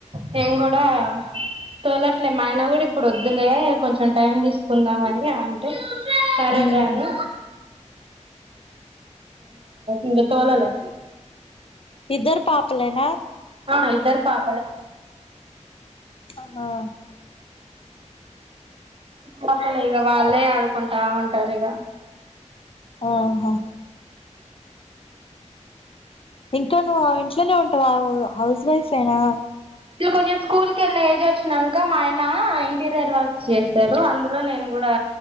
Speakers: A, on the right; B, on the left.
A: నేన్ కూడా తోలట్లే మా ఆయన కూడా ఇప్పుడు వద్దులే కొంచెం టైం తీసుకుందామని అంటే సరేలే
B: మ్మ్
A: అని ఇంగా తొలలే
B: ఇద్దరు పాపలేనా
A: ఆ ఇద్దరు పాపలే
B: ఆహా
A: మాప్ప లేగా వాళ్ళే ఆడుకుంటా ఉంటారు ఇక
B: ఆహా ఇంకా నువ్వు ఆ ఇంట్లోనే ఉంటావు హౌస్ వైఫ్యినా
A: ఇలు కొంచెం స్కూల్ కి వెళ్లే ఏజ్ వచ్చినాక, మా ఆయన ఇంటీరియర్ వర్క్స్ చేస్తారు, అందులో నేను కూడా